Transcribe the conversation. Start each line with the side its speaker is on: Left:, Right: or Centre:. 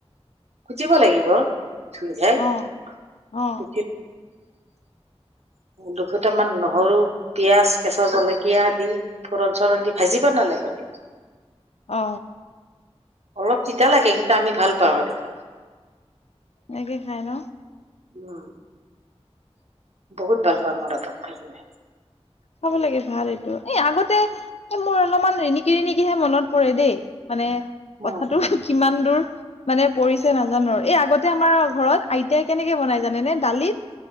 Right: খুজিব লাগিব <unintelligible>
Left: অ অ
Right: দুফুটামান নহৰু, পিয়াজ, কেঁচা জলকীয়া দি ফৰণ চোৰণ দি ভাজি পা নালাগ হ'ল।
Left: অ
Right: অলপ তিতা লাগে কিন্তু আমি ভাল পাওঁ আৰু খাই
Left: এনে খাই ন
Right: উম বহুত ভাল পাওঁ মৰাপাত খাই
Left: খাব লাগে ভাল এইটো এই আগতে এ মোৰ অলপমান ৰিণিকি ৰিণিকিহে মনত পৰে দেই মানে
Right: উম
Left: কথাটো কিমান দূৰ মানে পৰিছে নাজানো এই আগতে আমাৰ ঘৰত আইতাই কেনেকে বনাই জানে নে দালিত